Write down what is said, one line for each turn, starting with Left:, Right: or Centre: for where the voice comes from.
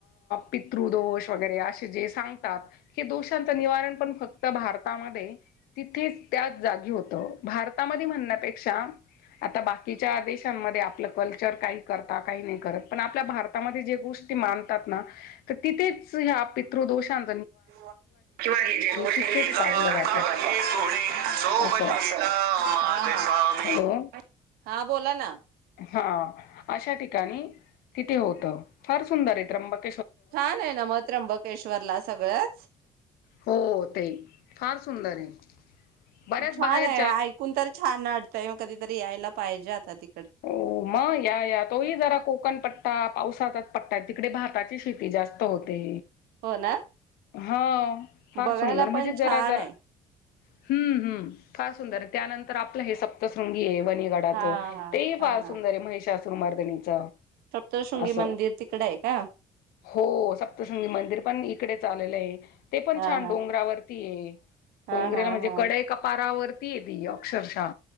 Left: पितृ दोष वगैरे असे जे सांगतात हे दोषांचं निवारण पण फक्त भारतामध्ये तिथेच त्याच जागी होत. भारतामध्ये म्हणण्यापेक्षा आता बाकीच्या देशांमध्ये आपलं कल्चर काही करता काही नाही करत पण आपल्या भारतामध्ये जे गोष्टी मानतात ना तर तिथेच ह्या पितृदोषां
Right: <unintelligible>
Left: तिथेच काढले जातात असं
Right: माझे स्वामी
Left: हॅलो
Right: हा बोला ना
Left: हा. अशा ठिकाणी तिथे होत फार सुंदर आहे त्र्यंबक
Right: छान आहे ना म त्र्यंबकेश्वरला सगळंच.
Left: हो ते फार सुंदर आहे. बऱ्याच
Right: छान
Left: बाहेर
Right: आहे ऐकून तर छान वाटतंय कधीतरी यायला पाहिजे आता त
Left: हो मग या या तोही जरा कोकण पट्टा पाऊस सातात पट्टा तिकडे भाताची शेती जास्त होते.
Right: हो ना
Left: हा फार
Right: बघायला
Left: सुंदर म्हणजे
Right: पण
Left: जरा
Right: छान
Left: जरा
Right: आहे.
Left: हम्म हम्म फार सुंदर आहे. त्यांनतर आपल हे सप्तशृंगी ये, वणीये अलीगडाचं
Right: हा हा हा
Left: फार
Right: हा
Left: सुंदरए महिशासुरमरदीनीच
Right: सप्तशृंगी
Left: अस
Right: मंदिर तिकडे आहे का
Left: हो सप्तशृंगी मंदिर पण इकडेच. इथं आलेलं आहे. ते पण
Right: हा
Left: छान
Right: हा
Left: डोंगरावर ते
Right: हा
Left: डोंगऱ्या
Right: हा
Left: म्हणजे
Right: हा
Left: कडई कपारावर ती ये ती अक्षरशा